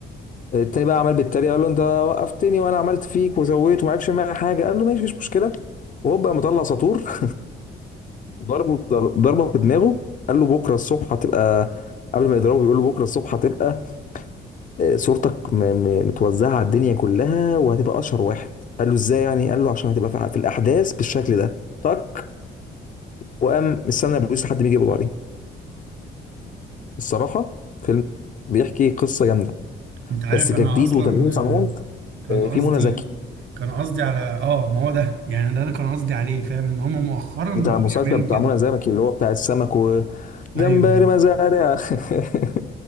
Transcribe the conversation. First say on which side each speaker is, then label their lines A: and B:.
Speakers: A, on the left; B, on the right.
A: التاني بقى عمال بيتريق قال له انت وقفتني وانا عملت فيك وزويت وما عرفش معايا حاجه قال له ماشي مفيش مشكله وهو بقى مطلع ساطور <laughs> ضربه ضربه بدماغه قال له بكره الصبح هتبقى قبل ما يضربه بيقول له بكره الصبح هتبقى آه، صورتك م- م- متوزعه على الدنيا كلها وهتبقى اشهر واحد قال له ازاي يعني قال له عشان هتبقى في في الاحداث بالشكل ده تك وقام مستنى البوليس لحد ما يجي يقبض عليه الصراحه فيلم بيحكي قصه جامده
B: انت عارف
A: بس كجديد
B: انا اصلا
A: وتغيير
B: آه،
A: صنعون
B: كان
A: آه،
B: قصدي
A: في منى زكي
B: كان قصدي على اه ما هو ده يعني ده انا كان قصدي عليه فاهم ان هم مؤخرا
A: بتاع
B: بقوا
A: المسلسل
B: يعملوا
A: بتاع
B: كده
A: منى زكي اللي هو بتاع السمك وجمبري
B: ايوه ايوه
A: مزارع <laughs>